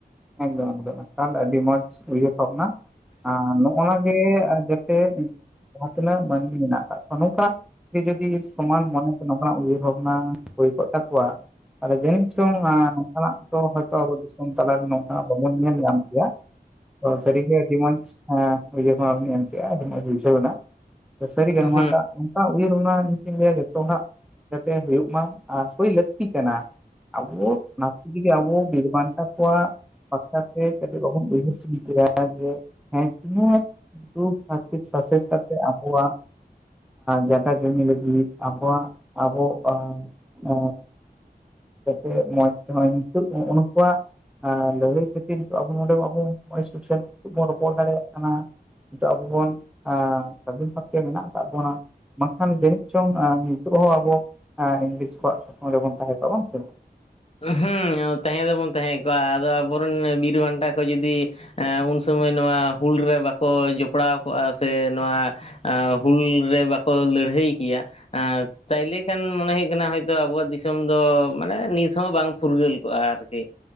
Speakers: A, in the centre; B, on the left.
A: ᱮᱠᱫᱚᱢ ᱮᱠᱫᱚᱢ ᱮᱠᱟᱞ ᱟᱹᱰᱤ ᱢᱚᱸᱡᱽ ᱩᱭᱦᱟᱹᱨ ᱵᱷᱟᱵᱱᱟ ᱟᱨ ᱱᱚᱜᱼᱱᱟᱮ <inaudible> ᱛᱮ ᱡᱟᱦᱟᱸ ᱛᱤᱱᱟᱹᱜ ᱢᱟᱹᱱᱢᱤ ᱢᱮᱱᱟᱜ ᱟᱠᱟᱜ ᱠᱚᱣᱟ ᱱᱚᱝᱠᱟ <unintelligible> ᱡᱚᱫᱤ ᱥᱚᱢᱟᱱ ᱢᱚᱱᱮᱛᱮ ᱱᱚᱝᱠᱟᱱᱟᱜ ᱩᱭᱦᱟᱹᱨ ᱵᱷᱟᱵᱽᱱᱟ ᱦᱩᱭ ᱠᱚᱜ ᱛᱟᱠᱚᱣᱟ <unintelligible> ᱡᱟᱹᱱᱤᱡ ᱪᱚᱝ ᱱᱚᱝᱠᱟᱱᱟᱜ ᱫᱚ ᱦᱚᱭᱛᱚ ᱟᱵᱚ ᱫᱤᱥᱚᱢ ᱛᱟᱞᱟ ᱨᱮ <unintelligible> ᱥᱟᱹᱨ ᱜᱮ ᱟᱹᱰᱤ ᱢᱚᱪ <unintelligible> <inaudible> ᱟᱹᱰᱤ ᱢᱚᱪ ᱵᱩᱡᱷᱟᱹᱣ ᱱᱟ ᱥᱟᱹᱨᱤ ᱜᱮ <unintelligible> <unintelligible>
B: ᱦᱩᱸ
A: <unintelligible> <inaudible> ᱠᱟᱛᱮ ᱦᱩᱭᱩᱜ ᱢᱟ ᱟᱨ ᱦᱩᱭ ᱞᱟᱹᱠᱛᱤ ᱠᱟᱱᱟ᱾ ᱟᱵᱚ ᱱᱟᱥᱮ ᱛᱮᱜᱮ ᱟᱵᱚ ᱵᱤᱨ ᱵᱟᱱᱴᱟ ᱠᱚᱣᱟᱜ ᱯᱟᱠᱟ ᱛᱮ ᱟᱵᱚ ᱞᱚᱜᱚᱱ ᱧᱚᱜ ᱵᱚᱱ ᱩᱭᱦᱟᱹᱨ ᱪᱤᱱᱛᱟᱹᱭᱟ ᱡᱮ ᱦᱮᱸ ᱛᱤᱱᱟᱹᱜ ᱫᱩᱠ ᱦᱟᱨᱠᱮᱛ ᱥᱟᱥᱮᱛ ᱠᱟᱛᱮᱜ ᱟᱵᱚᱣᱟᱜ ᱡᱟᱠᱟ ᱡᱚᱢᱤ ᱞᱟᱹᱜᱤᱫ ᱟᱵᱚᱣᱟᱜ ᱟᱵᱚ ᱟ ᱮ ᱡᱟᱛᱮ ᱢᱚᱡᱽ ᱛᱮᱦᱚᱸᱚᱭ ᱱᱤᱛᱳᱜ ᱩᱱᱠᱩᱣᱟᱜ ᱮ ᱞᱟᱹᱲᱦᱟᱹᱭ ᱠᱷᱟᱹᱛᱤᱨ ᱟᱵᱚ ᱱᱚᱰᱮ ᱟᱵᱚ ᱥᱮ ᱵᱚᱱ ᱨᱚᱯᱚᱲ ᱫᱟᱲᱮᱭᱟᱜ ᱠᱟᱱᱟ ᱱᱤᱛᱚᱜ ᱟᱵᱚ ᱵᱚᱱ ᱥᱟᱫᱷᱤᱱ ᱵᱷᱟᱵᱛᱮ ᱢᱮᱱᱟᱜ ᱟᱠᱟᱫ ᱵᱚᱱᱟ ᱵᱟᱝᱠᱷᱟᱱ ᱡᱟᱹᱱᱤᱡ ᱪᱚᱝ ᱱᱤᱛᱚᱜ ᱦᱚᱸ ᱟᱵᱚ ᱤᱝᱨᱮᱡᱽ ᱠᱚᱣᱟᱜ ᱥᱟᱛᱟᱝ ᱨᱮᱵᱚᱱ ᱛᱟᱦᱮᱸ ᱠᱚᱜᱼᱟ ᱵᱟᱝ ᱥᱮ
B: ᱦᱮᱸ ᱛᱟᱦᱮᱸ ᱫᱚᱵᱚᱱ ᱛᱟᱦᱮᱸ ᱠᱚᱜᱼᱟ ᱟᱫᱚ ᱟᱵᱚᱨᱮᱱ ᱵᱤᱨ ᱵᱟᱱᱴᱟ ᱠᱚ ᱡᱩᱫᱤ ᱩᱱ ᱥᱚᱢᱚᱭ ᱥᱚᱢᱚᱭ ᱱᱚᱣᱟ ᱦᱩᱞ ᱨᱮ ᱵᱟᱠᱚ ᱡᱚᱯᱲᱟᱣ ᱠᱚᱜᱼᱟ ᱥᱮ ᱱᱚᱣᱟ ᱦᱩᱞ ᱨᱮ ᱵᱟᱠᱚ ᱞᱟᱹᱲᱦᱟᱹᱭ ᱠᱮᱭᱟ ᱛᱟᱦᱞᱮ ᱠᱷᱟᱱ ᱢᱚᱱᱮ ᱦᱩᱭᱩᱜ ᱠᱟᱱᱟ ᱟᱵᱚᱣᱟᱜ ᱫᱤᱥᱚᱢ ᱫᱚ ᱢᱟᱱᱮ ᱱᱤᱛ ᱵᱟᱝ ᱯᱷᱩᱨᱜᱟᱹᱞ ᱠᱚᱜᱼᱟ ᱟᱨᱠᱤ